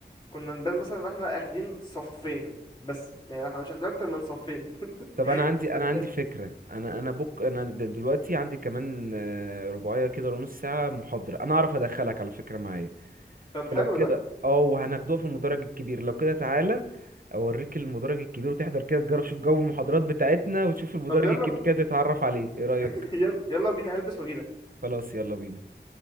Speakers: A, on the left; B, on the right.
A: كنا نبان مثلا ان احنا اخدين صفين بس يعني احنا مش اخدين اكتر من صفين <laughs>
B: طب انا عندي
A: صدقني
B: انا عندي فكره انا انا بك انا د- دلوقتي عندي كمان آه، رباعيه كده ونص ساعه محاضره انا اعرف ادخلك على فكره معايا
A: طب حلو
B: فلو كده
A: ده
B: اه وهناخدوها في المدرج الكبير لو كده تعالى اوريك المدرج الكبير وتحضر كده تجرب شوف جو المحاضرات بتاعتنا وتشوف المدرج
A: طب يلا
B: الكبير
A: بينا
B: كده تتعرف عليه ايه رأيك
A: <laughs> يلا يلا بينا هلبس واجيلك
B: خلاص يلا بينا